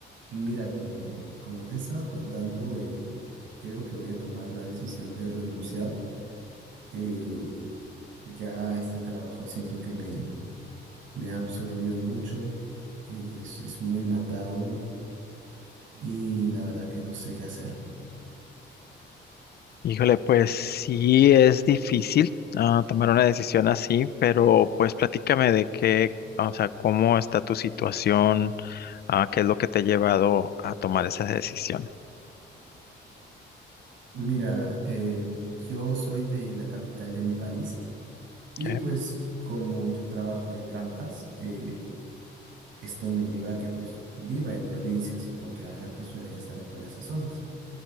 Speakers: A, on the right (about 75°); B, on the left (about 55°).
A: Mira, como, como te he estado contando, eh, creo que voy a tomar la decisión de renunciar. Eh, ya este trabajo siento que me, me ha absorbido mucho, eh, es, es muy matado y la verdad que no sé qué hacer.
B: Híjole, pues sí es difícil ah, tomar una decisión así, pero pues platícame de qué, ah, o sea, cómo está tu situación, ah, qué es lo que te ha llevado a tomar esa decisión.
A: Mira, eh, yo soy de la capital de mi país y
B: ¿ok?
A: pues como yo trabajo en granjas, eh, esto me lleva a que pues viva en provincias porque las granjas suelen estar por esas zonas.